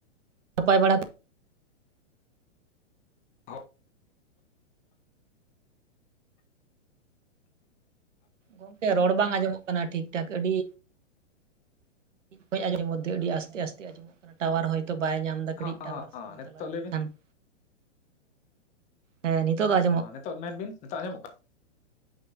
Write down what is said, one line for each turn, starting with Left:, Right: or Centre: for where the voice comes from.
Right: ᱱᱟᱯᱟᱭ ᱵᱟᱲᱟ
Left: ᱦᱚᱸ
Right: ᱜᱚᱢᱠᱮ ᱨᱚᱲ ᱵᱟᱝ ᱟᱸᱡᱚᱢᱚᱜ ᱠᱟᱱᱟ ᱴᱷᱤᱠ ᱴᱷᱟᱠ ᱟᱹᱰᱤ. ᱵᱟ. ᱧ ᱜᱚᱫ-ᱮᱜᱟ ᱟ. ᱰᱤ ᱟᱥᱛᱮ ᱟᱥᱛᱮ ᱟᱡᱚᱢᱚᱜ ᱠᱟᱱᱟ ᱴᱟᱣᱟᱨ ᱦᱚᱭᱛᱚ ᱵᱟᱭ ᱧᱟᱢ ᱮᱫᱟ᱾
Left: ᱦᱚᱸ
Right: ᱠᱟᱹᱴᱤᱡᱽ ᱴᱟᱣᱟᱨ
Left: ᱦᱚᱸ
Right: ᱥᱮᱫ ᱮᱢ
Left: ᱱᱤᱛᱚᱜ
Right: ᱪᱟᱞᱟᱣ
Left: ᱞᱟᱹᱭ
Right: ᱞᱮᱱᱠᱷᱟᱱ
Left: ᱵᱤᱱ
Right: <unintelligible> ᱦᱮᱸ ᱱᱤᱛᱚᱜ ᱫᱚ ᱟᱸᱡ
Left: ᱦᱚᱸ ᱱᱤᱛᱚᱜ ᱢᱮᱱ ᱵᱤᱱ ᱱᱤᱛᱚᱜ ᱟᱸᱡᱚᱢᱚᱜ ᱠᱟᱱᱟ᱾